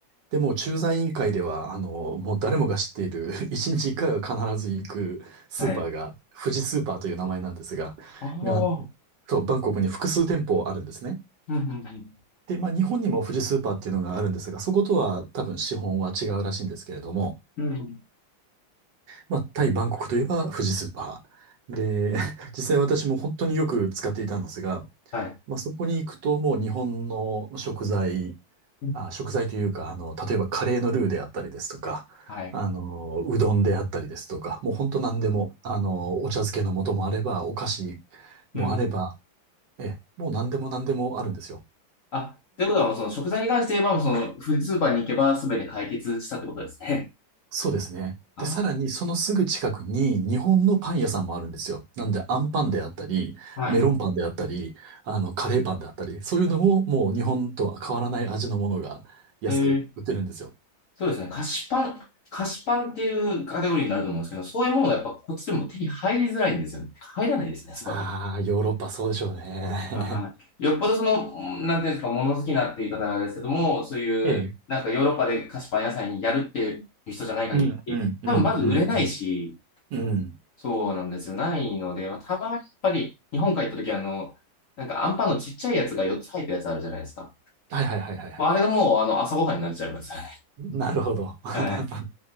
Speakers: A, on the right (about 65°); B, on the left (about 60°).
A: で、もう駐在委員会では、あの、もう誰もが知っている、<laughs> 一日一回は必ず行くスーパーが、
B: はい。
A: 富士スーパーという名前なんですが、
B: ああ。
A: が、そう、バンコクに複数店舗あるんですね。
B: うんうん
A: で、まあ日本にも富士スーパーっていうのがあるんですが、そことは多分資本は違うらしいんですけれども、
B: うん。うん。
A: まあ、タイ・バンコクといえば富士スーパー。で、<laughs> 実際私も本当によく使っていたんですが、
B: はい。
A: まあ、そこに行くともう日本の食材、
B: うん
A: あ、食材というか、あの、例えばカレーのルーであったりですとか、
B: はい。
A: あの、うどんであったりですとか、もう本当何でも、あの、お茶漬けの素もあれば、お菓子もあれば、
B: うん。
A: え、もう何でも何でもあるんですよ。
B: あ、ということはもうその食材に関して言えば、もうそのフースーパーに行けば全て解決したってことですね。
A: そうですね。
B: あ、
A: で、さらにそのすぐ近くに日本のパン屋さんもあるんですよ。なんで、アンパンであったり、
B: はい。
A: メロンパンであったり、あの、カレーパンであったり、そういうのももう日本とは変わらない味のものが安く売ってるんですよ。
B: へえ、そうですね。菓子パン、菓子パンっていうカテゴリーになると思うんですけど、そういうものがやっぱこっちでも手に入りづらいんですよね。入らないですね、そこら。
A: ああ、ヨーロッパそうでしょうね。
B: はい。よっぽどその、なんていうんですか、物好きなっていう方ですけども、そういう、
A: <laughs> ええ。
B: なんかヨーロッパで菓子パン屋さんにやるっていう人じゃない限り、
A: うん、うん、うん、
B: 多分まず売れないし、
A: うん、うん。うん。
B: そうなんですよ。ないので、まあ、たまにやっぱり日本帰った時あの、なんかアンパンのちっちゃいやつが4つ入ったやつあるじゃないですか。
A: はいはいはいはいはい。
B: まああれがもうあの朝ごはんになっちゃいますよね。
A: なるほど。<laughs>
B: はい。